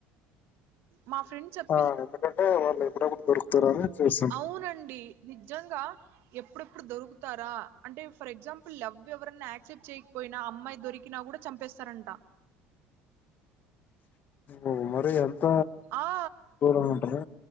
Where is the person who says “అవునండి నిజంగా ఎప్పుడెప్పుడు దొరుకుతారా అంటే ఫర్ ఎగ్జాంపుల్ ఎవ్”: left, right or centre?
Right